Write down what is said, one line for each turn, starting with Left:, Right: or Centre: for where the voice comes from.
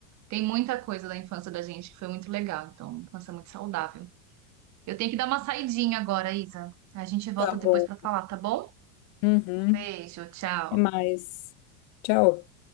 Right: tem muita coisa da infância da gente que foi muito legal, então, infância muito saudável. Eu tenho que dar uma saidinha agora, Isa. A gente volta
Left: tá bom.
Right: depois pra falar, tá bom?
Left: Uhum.
Right: Beijo, tchau.
Left: É mais. Tchau.